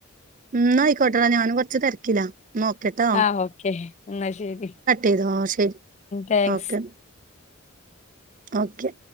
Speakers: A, on the right; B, on the left.
A: ഇന്നായിക്കോട്ടെ ഞാനും കൊർച്ച് തെര്ക്കിലാ നോക്കോട്ടെ
B: ആഹ് ഓക്കെ ന്നാ ശരി
A: ചെയ്തോ ശരി
B: താങ്ക്സ്
A: ഓക്കെ ഓക്കെ